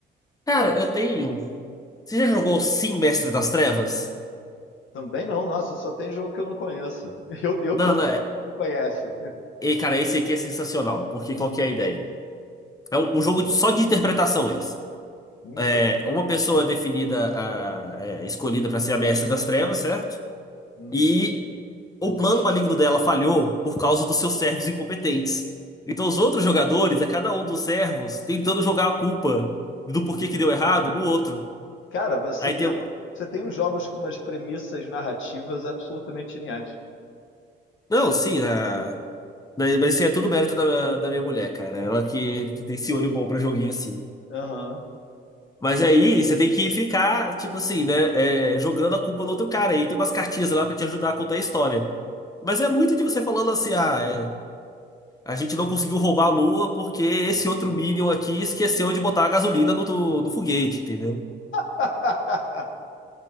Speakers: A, on the left (about 20°); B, on the left (about 75°).
A: Cara, eu tenho. Você já jogou Sim, Mestre das Trevas?
B: Também não, nossa, só tem jogo que eu não conheço. <laughs> Eu, eu
A: Não,
B: contei
A: não. É...
B: que tu conhece.
A: E, cara, esse aqui é sensacional, porque qual que é a ideia? É um, um jogo de- só de interpretação esse.
B: Hum,
A: É,
B: jogos.
A: uma pessoa é definida, a, é, escolhida para ser a Mestre das Trevas, certo?
B: Uhum.
A: E O plano maligno dela falhou por causa dos seus servos incompetentes. Então, os outros jogadores, é cada um dos servos tentando jogar a culpa do porquê que deu errado no outro.
B: Cara, você
A: Aí
B: pega.
A: tem. o-
B: Você tem uns jogos com umas premissas narrativas absolutamente geniais.
A: Não, sim, a- daí- mas isso aí é tudo mérito da, da minha mulher, cara. Ela que, que tem esse olho bom pra joguinho assim.
B: Aham.
A: Mas aí você tem que ficar, tipo assim, né? é, jogando a culpa no outro cara. Aí tem umas cartinhas lá pra te ajudar a contar a história. Mas é muito de você falando assim, ah. é- A gente não conseguiu roubar a Lua porque esse outro Minion aqui esqueceu de botar a gasolina no, do- no foguete, entendeu?
B: <laughs>